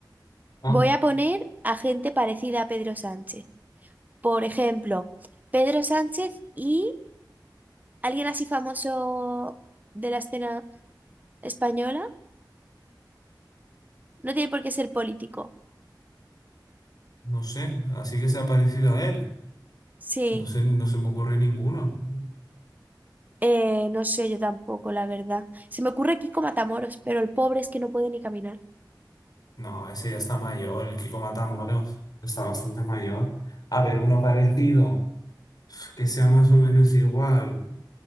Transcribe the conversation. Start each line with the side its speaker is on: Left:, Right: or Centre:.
Left: Ah,
Right: Voy a poner a gente parecida a Pedro Sánchez. Por ejemplo, Pedro Sánchez y alguien así famoso de la escena española. No tiene por qué ser político.
Left: no sé, así que se ha parecido a él.
Right: Sí.
Left: No sé, no se me ocurre ninguno.
Right: Eh, no sé, yo tampoco, la verdad. Se me ocurre Kiko Matamoros, pero el pobre es que no puede ni caminar.
Left: No, ese ya está mayor, el Kiko Matamoros. Está bastante mayor. A ver, uno parecido, que sea más o menos igual.